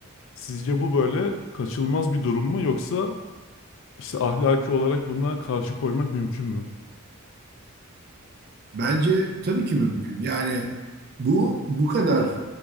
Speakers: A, on the left; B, on the right.
A: Sizce bu böyle kaçınılmaz bir durum mu? Yoksa işte ahlaki olarak buna karşı koymak mümkün mü?
B: Bence tabii ki mümkün. Yani bu bu kadar